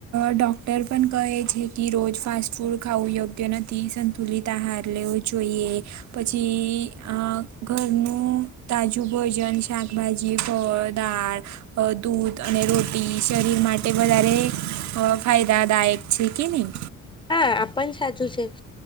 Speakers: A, on the right; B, on the left.
A: ડોક્ટર પન કહે છે કે રોજ ફાસ્ટ ફૂડ ખાવું યોગ્ય નથી થી સંતુલિત આહાર લેવો જોઈએ પછી ઘરનું અ તાજું ભોજન શાકભાજી ફળ દાળ અ દૂધ અને રોટી શરીર માટે વધારે ફાયદાદાયક છે કે નહીં
B: હા આ પણ સાચું છે